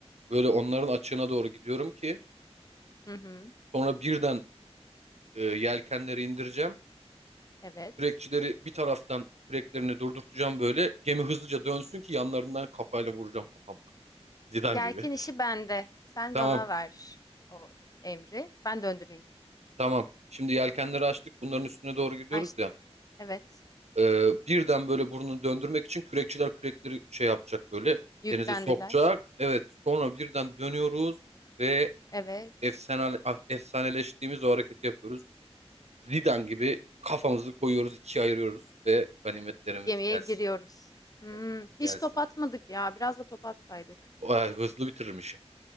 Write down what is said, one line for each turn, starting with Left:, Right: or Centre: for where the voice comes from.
Right: Böyle onların açığına doğru gidiyorum ki
Left: Hı hı.
Right: sonra birden e, yelkenleri indireceğim.
Left: Evet.
Right: Kürekçileri bir taraftan küreklerini durdurtacağım böyle. Gemi hızlıca dönsün ki yanlarından kafayla vuracağım kafamla. Zidane
Left: Yelken
Right: gibi.
Left: işi bende. Sen
Right: <laughs> Tamam,
Left: bana ver o emri. Ben döndüreyim.
Right: tamam. Şimdi yelkenleri açtık. Bunların üstüne doğru gidiyoruz
Left: Açtık.
Right: ya.
Left: Evet.
Right: E, birden böyle burnunu döndürmek için kürekçiler kürekleri şey yapacak böyle.
Left: Yüklendiler.
Right: Denize sokacak. Evet, sonra birden dönüyoruz ve
Left: Evet.
Right: efsane, efsaneleştiğimiz o hareketi yapıyoruz. Zidane gibi kafamızı koyuyoruz, ikiye ayırıyoruz ve ganimetlerimiz
Left: Gemiye
Right: gelsin.
Left: giriyoruz. Hmm,
Right: Evet,
Left: hiç
Right: gelsin.
Left: top atmadık ya. Biraz da top atsaydık.
Right: Ay, hızlı bitirmişim.